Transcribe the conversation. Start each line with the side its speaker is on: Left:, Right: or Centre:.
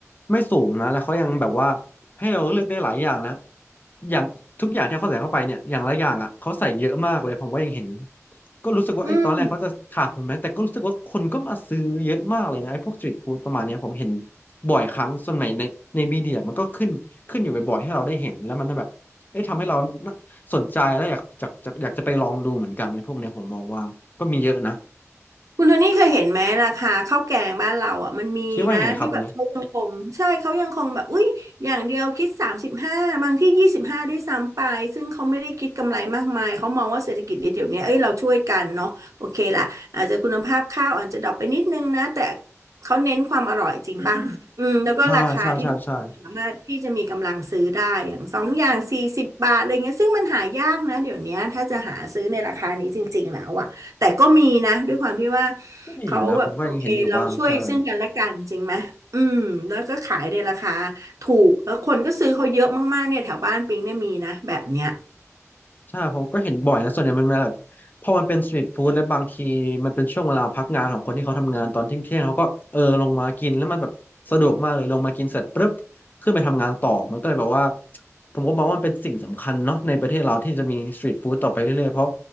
Left: ไม่สูงนะแล้วเขายังแบบว่าให้เราเลือกได้หลายอย่างนะอย่างทุกอย่างที่เขาใส่เข้าไปเนี่ยอย่างละอย่างอ่ะเขาใส่เยอะมากเลยผมก็ยังเห็นก็รู้สึกว่าไอ้ตอนแรกเขาจะขาดทุนไหมแต่ก็รู้สึกว่าคนก็มาซื้อเยอะมากเลยนะไอ้พวกสตรีทฟู้ดประมาณเนี้ยผมเห็น
Right: อืม
Left: บ่อยครั้งสมัยในในมีเดียมันก็ขึ้นขึ้นอยู่บ่อยๆให้เราได้เห็นแล้วมันก็แบบเอ๊ะทำให้เราสนใจแล้วอยากจะจะอยากจะไปลองดูเหมือนกันในพวกเนี้ยผมมองว่าก็มีเยอะนะ
Right: คุณโทนี่เคยเห็นไหมราคาข้าวแกงบ้านเราอ่ะมันมีนะที่แบบเขายังคงใช่เขายังคงแบบอุ้ยอย่างเดียวคิดสามสิบห้าบางที่ยี่สิบห้าด้วยซ้ำไปซึ่งเขาไม่ได้คิดกำไรมากมายเขามองว่าเศรษฐกิจในเดี๋ยวนี้เอ้ยเราช่วยกันเนาะโอเคละอาจจะคุณภาพข้าวอาจจะดรอปไปนิดนึงนะแต่
Left: คิดว่าไงครับอย่างนี้
Right: เขาเน้นความอร่อยจริงป่ะอืมแล้วก็ราคาที่ทุกคนสามารถที่จะมีกำลังซื้อได้อย่างสองอย่างสี่สิบบาทอะไรเงี้ยซึ่งมันหายากนะเดี๋ยวนี้ถ้าจะหาซื้อในราคานี้จริงๆแล้วอะ
Left: อ่าใช่ใช่ใช่
Right: แต่ก็มีนะด้วยความที่ว่า
Left: ก็มีอยู่นะผมก็ยังเห็นอยู่บ้างใช่
Right: เขาแบบโอเคเราช่วยซึ่งกันและกันจริงไหม อืมแล้วก็ขายในราคาถูกแล้วคนก็ซื้อเขาเยอะมากๆเนี่ยแถวบ้านปิงเนี่ยมีนะแบบเนี้ย
Left: ใช่ผมก็เห็นบ่อยนะส่วนใหญ่มันมาแบบพอมันเป็นสตรีทฟู้ดและบางทีมันเป็นช่วงเวลาพักงานของคนที่เขาทำงานตอนเที่ยงเที่ยงเขาก็เออลงมากินแล้วมันแบบสะดวกมากเลยลงมากินเสร็จปุ๊บขึ้นไปทำงานต่อมันก็เลยแบบว่าผมก็มองว่ามันเป็นสิ่งสำคัญเนาะในประเทศเราที่จะมีสตรีทฟู้ดต่อไปเรื่อยๆเพราะ